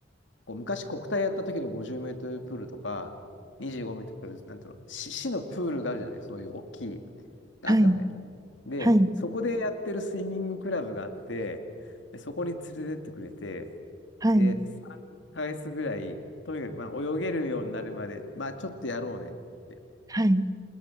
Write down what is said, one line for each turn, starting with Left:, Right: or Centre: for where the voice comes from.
Left: こう昔国体やった時の50メートルプールとか、25メートルプール、なんていうの、市、市のプールがあるじゃない、そういう大きい、があったのね。
Right: はい、
Left: で、
Right: はい、
Left: そこでやってるスイミングクラブがあって、で、そこに連れてってくれて、
Right: はい、
Left: で、3ヶ月ぐらい、とにかくまあ泳げるようになるまで、まあちょっとやろうねって。
Right: はい、